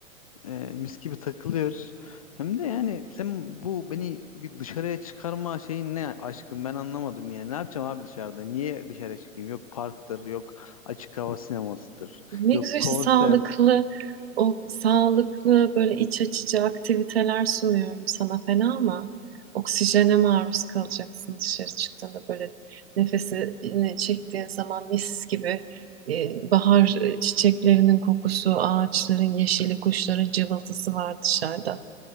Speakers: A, on the left (about 25°); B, on the right (about 45°).
A: Ee, mis gibi takılıyoruz. Hem de yani sen bu beni bir dışarıya çıkarma şeyin ne aşkım ben anlamadım yani. Ne yapacağım abi dışarıda? Niye dışarı çıkayım? Yok parktır, yok açık hava sinemasıdır,
B: Ne
A: yok
B: güzel
A: konserdir.
B: işte sağlıklı, o sağlıklı böyle iç açıcı aktiviteler sunuyorum sana fena ama oksijene maruz kalacaksın dışarı çıktığında böyle nefesini çektiğin zaman mis gibi e, bahar e, çiçeklerinin kokusu, ağaçların yeşili, kuşların cıvıltısı var dışarıda.